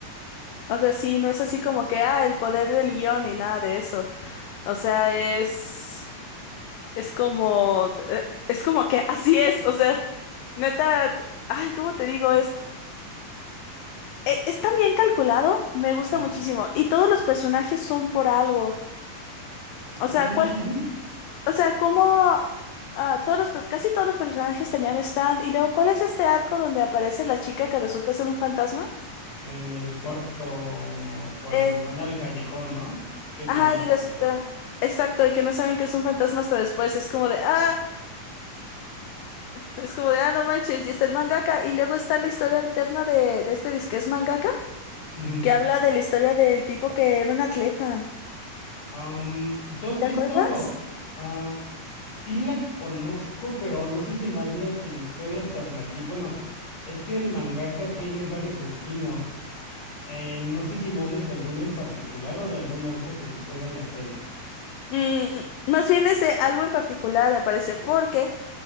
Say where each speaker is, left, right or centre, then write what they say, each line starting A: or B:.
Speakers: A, on the left; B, on the left.
A: o sea, sí, no es así como que, ah, el poder del guión y nada de eso. O sea, es, es como, eh, es como que así es, o sea, neta, t- ay, ¿cómo te digo? Es, e- está bien calculado, me gusta
B: Ajá.
A: muchísimo. Y todos los personajes son por algo. O sea,
B: Ujú.
A: ¿cuál, o sea, cómo, ah, todos los, pers- casi todos los personajes tenían stand. Y luego, ¿cuál es este arco donde aparece la chica que resulta ser un fantasma?
B: En el cuarto, cuando
A: Eh,
B: van al callejón, ¿no? Que
A: Ajá,
B: tiene a los
A: y resulta,
B: fantasmas.
A: exacto, y que no saben que es un fantasma hasta después, es como de, ah, es como de, ah, no manches, y está el mangaka, y luego está la historia alterna de, de este disque es mangaka,
B: Ujú.
A: que habla de la historia del tipo que era un atleta,
B: Am, ¿tú has
A: ¿te
B: visto?
A: acuerdas?
B: am, sí la conozco, pero no sé si me hablas de la historia alternativa. Bueno, es que el mangaka tiene varios spin-offs. Eh, no sé si me hables de alguno en particular o de algún arco que suceda en la serie.
A: Mm, más bien es de algo en particular, me parece, porque